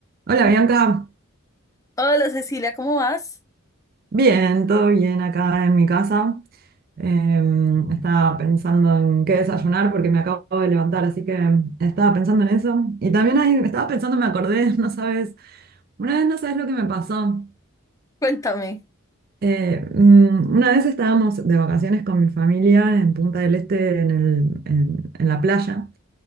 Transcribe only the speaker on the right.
Hola Bianca,
bien, todo bien acá en mi casa. Em, estaba pensando en qué desayunar porque me acabo de levantar, así que estaba pensando en eso. Y también ahí estaba pensando, me acordé, <laughs> no sabes, una vez no sabes lo que me pasó.
Eh, mm, una vez estábamos de vacaciones con mi familia en Punta del Este, en el- en en la playa.